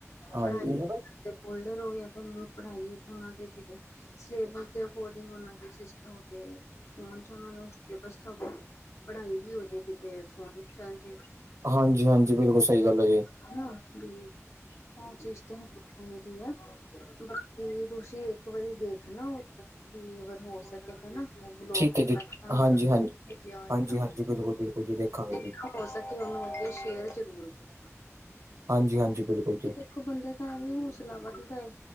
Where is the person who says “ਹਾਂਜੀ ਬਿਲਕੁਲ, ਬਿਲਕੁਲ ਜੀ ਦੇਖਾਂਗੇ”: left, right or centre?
Right